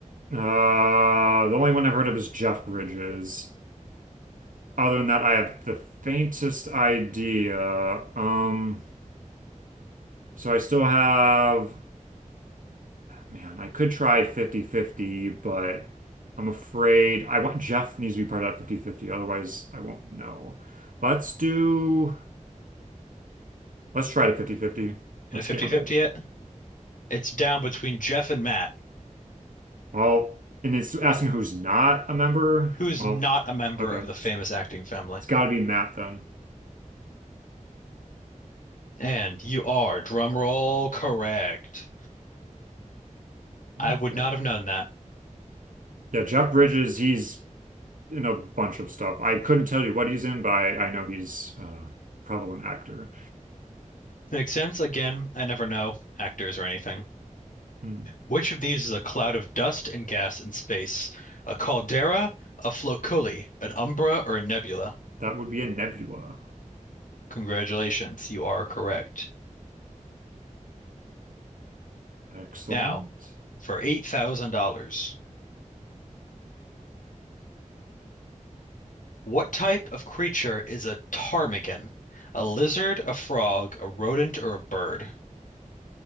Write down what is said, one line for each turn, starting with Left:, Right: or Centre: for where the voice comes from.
Right: Uh, the only one I've heard of is Jeff Bridges. Other than that, I have the faintest idea. Um, so I still have. Man, I could try fifty-fifty, but I'm afraid I want Jeff needs to be part of that fifty-fifty. otherwise I won't know. Let's do let's try to 5050
Left: In
Right: Let's
Left: a fifty-fifty
Right: gamble.
Left: 50 It's down between Jeff and Matt,
Right: Well, and it's asking who's not a member.
Left: who is
Right: Well,
Left: not a member
Right: okay.
Left: of the famous
Right: It's,
Left: acting family.
Right: it's got to be Matt then.
Left: And you are, drumroll, correct. I
Right: Okay.
Left: would not have known that.
Right: Yeah, Jeff Bridges, he's in a bunch of stuff. I couldn't tell you what he's in, but I, I know he's uh, probably an actor.
Left: Makes sense. Again, I never know actors or anything.
Right: Hmm.
Left: Which of these is a cloud of dust and gas in space? A caldera, a floculi, an umbra, or a nebula?
Right: That would be a nebula.
Left: Congratulations, you are correct.
Right: Excellent.
Left: Now, for $8,000, what type of creature is a ptarmigan? A lizard, a frog, a rodent, or a bird?